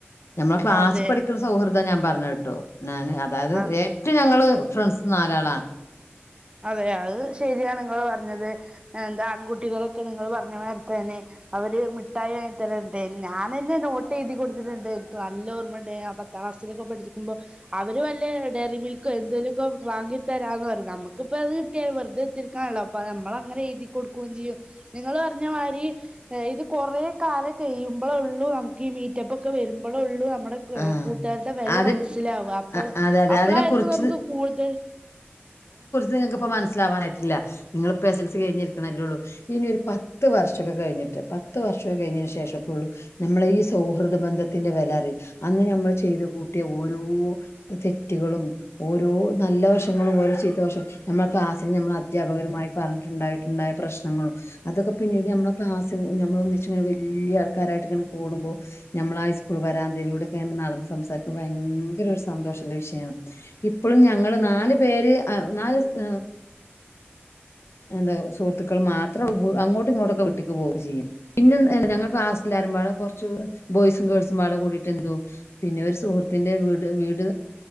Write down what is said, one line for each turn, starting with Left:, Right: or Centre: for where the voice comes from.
Left: മ്മളെ ക്ലസി
Right: അതെ
Left: പഠിക്കുന്ന സൗഹൃദ ഞാൻ പറഞ്ഞ കേട്ടോ ഞൻ അതായത്
Right: ആ
Left: ഏറ്റ് ഞങ്ങള് ഫ്രണ്ട്സ് നാലാളാണ്
Right: അതെ അത് ശരിയാണ് നിങ്ങൾ പറഞ്ഞത് എന്താ ആൺകുട്ടികളൊക്കെ നിങ്ങള്ൾ പറഞ്ഞ മാര തന്നെ അവര് മിഠായി വാങ്ങി തര ഞാാനന്നെ നോട്ട് എഴുതി കൊടുത്തിട്ടുണ്ട് എനിക്ക് നല്ല ഓർമ്മുണ്ട് ആ പത്താം ക്ലാസ്സിലൊക്കെ പഠിക്കുമ്പോ അവര് വല്ല ഡെയയറി മിൽക്കോ എന്തേങ്കലുമൊക്കെ വാങ്ങി തരാന്ന് പറ നമ്മുക്ക് ഇപ്പ അത് കട്ടാണ് വെറുതെ ത്തിക്കാനണല്ലോ അപ്പ നമ്മള അങ്ങനെ എഴു കൊടുക്കുകയും ചെയ്യും നിങ്ങൾ പറഞ്ഞ മാതിരി ഇത് കൊറെ കാലം കഴിയുമ്പോഴേള്ളു നമുക്ക് ഈ മീറ്റപ്പ ഒക്കെ വരുമ്പോഴേ ഉള്ളു നമ്മുടെ
Left: ആഹ്
Right: കൂട്ടുകാരുടെ വില
Left: അത്
Right: മനസ്സിലാവുക അപ്പൾ
Left: അ- അതെ അതെ
Right: അപ്പളായിരിക്കും
Left: അതിനെ കുറിച്ച്
Right: നമുക്ക് കൂടുതൽ
Left: നിങ്ങൾക്കിപ്പ മനസ്സിലാവാനായിട്ടില്ല നിങ്ങിപ്പോ എസ് എൽ സി കഴിഞ്ഞിരിക്കണല്ലേള്ളൂ ഇനി ഒരു പത്ത് വർഷമൊക്കെ കഴിഞ്ഞിട്ട് പത്ത് വർഷമക്കെ കഴിഞ്ഞന് ശേഷൊക്കെ ഉള്ളൂ നമ്മള ഈ സൗഹൃദ ബന്ധത്തിന്റെ വിലറിയു അന്ന് ഞമ്മൾ ചെയ്ത് കൂട്ടിയ ഓരോ തെറ്റുകളും ഓരോ നല്ല വർഷങ്ങളും ഓരോ ചീത്ത വർഷം നമ്മുടെ ക്ലാസ്സിില് നമ്മൾ അധ്യാപകരുമായി പറഞ്ഞിട്ടുണ്ടായിട്ടുണ്ടായ പ്രശ്നങ്ങളും അതൊക്കെ പിന്നീട് നമ്മെ ക്ലാസ് നമ്മളെന്ന് വെച്ചനെ വലിയ ആൾക്കാരായിട്ട് ഇങ്ങനെ കടുമ്പോൾ നമ്മള ഹൈസ്കൂൾ വരാന്തയിലൂടെ നടന്ന് സംസാരിക്കുമ്പ ഭയങ്കര ഒരു സന്തോഷന്റെ വിഷയമാണ് ഇപ്പോഴും ഞങ്ങള് നാല് പേര് നാല് സ്ഥ എന്താ സുഹൃത്തുക്കൾ മാത്രം അങ്ങോട്ടും ഇങ്ങോട്ടൊക്കെ വിട്ടിക്ക് പോകുകെ ചെയ്യും പിന്നെ ഞങ്ങൾ ക്ലാസ്സില ആരുമ്പോടെ
Right: അതെ
Left: കുറച്ച് ബോയ്സും ഗേൾസും ട കൂടിയിട്ട് എന്തു പിന്നെ ഒരു സുഹൃത്തിന്റെ വീട് വീട്